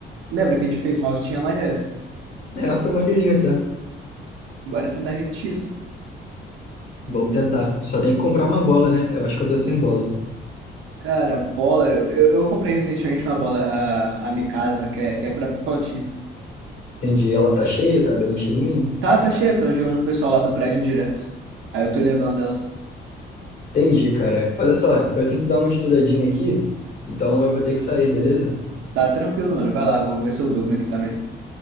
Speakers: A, on the right (about 85°); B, on the left (about 55°).
A: lembra que a gente fez uma altinha maneira?
B: É, foi maneirinho até.
A: Bora tentar repetir isso.
B: Vamos tentar. Só tem que comprar uma bola, né? Eu acho que eu tô sem bola.
A: Cara, bola. Eu, eu eu comprei recentemente uma bola, a, a Mikasa, que é, que é própria pra altinho.
B: Entendi. Ela tá cheia, tá bem cheinha?
A: Tá, tá cheia, tô jogando com o pessoal lá do prédio direto. Aí eu tô levando ela.
B: Entendi, cara. Olha só, eu tenho que dar uma estudadinha aqui, então eu vou ter que sair, beleza?
A: Tá tranquilo, mano. Vai lá, vou ver se eu durmo aqui também.